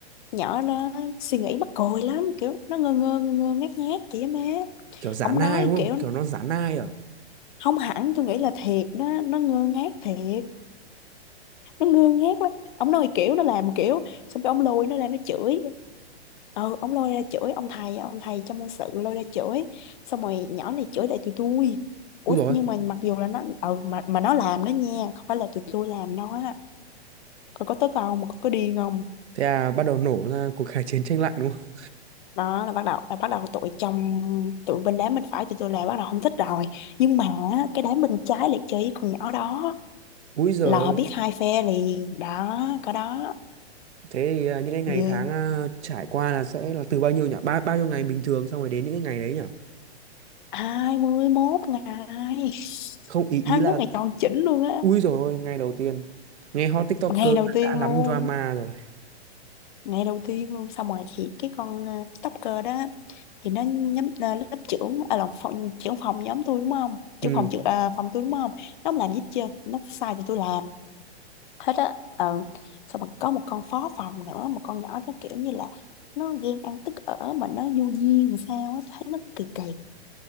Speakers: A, on the left; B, on the right.
A: nhỏ nó suy nghĩ mắc cười lắm kiểu nó ngơ ngơ ngơ, ngơ ngác ngác chị á má
B: kiểu giả
A: ông
B: nai
A: nói
B: đúng không
A: kiểu
B: kiểu nó giả nai à
A: không hẳn tôi nghĩ là thiệt đó nó ngơ ngác thiệt nó ngơ ngác lắm ông nói kiểu nó làm kiểu xong cái ông lôi nó ra nó chửi ừ ông lôi ra chửi ông thầy ông thầy trong môn sự lôi ra chửi xong rồi nhỏ này chửi lại tụi tôi ủa
B: ui rồi
A: nhưng mà mặc dù là nó ừ mà mà nó làm đó nha không phải là tụi tôi làm nó á còn có tức không mà có điên không
B: thế à bắt đầu nổ ra cuộc kháng chiến tranh lạnh đúng không
A: đó là bắt đầu là bắt đầu tụi trong tụi bên đám bên phải tụi tôi là bắt đầu không thích rồi nhưng mà á, cái đám bên trái lại chơi với con nhỏ đó
B: ui giời
A: là
B: ơi
A: biết hai phe liền đó có đó
B: thế thì à, những cái ngày
A: yeah
B: tháng à, trải qua là sẽ là từ bao nhiêu nhỉ ba bao nhiêu ngày bình thường xong rồi đến những cái ngày đấy nhỉ
A: 21 ngày
B: không ý
A: 21
B: ý là
A: ngày tròn chỉnh luôn á
B: ui rồi ngay đầu tiên nghe hot TikToker
A: ngày đầu tiên
B: đã lắm
A: luôn
B: drama rồi
A: ngày đầu tiên luôn xong rồi thì cái con ờ, TikToker đó thì nó nhắm ờ, lớp trưởng à, là phòng, trưởng phòng nhóm tôi đúng không trưởng
B: ừ
A: phòng trưởng à, phòng tôi đúng không nó không làm gì hết trơn nó sai thì tôi làm hết á ừ xong rồi có một con phó phòng nữa một con nhỏ đó kiểu như là nó ghen ăn tức ở mà nó vô duyên làm sao á thấy nó kỳ kỳ